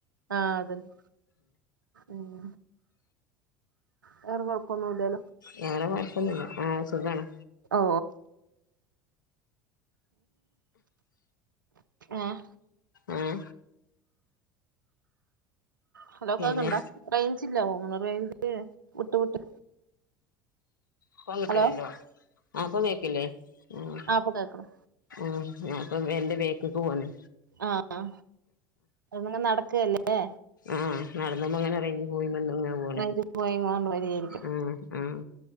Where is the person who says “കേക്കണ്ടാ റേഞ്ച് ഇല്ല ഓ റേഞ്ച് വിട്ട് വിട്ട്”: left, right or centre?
Right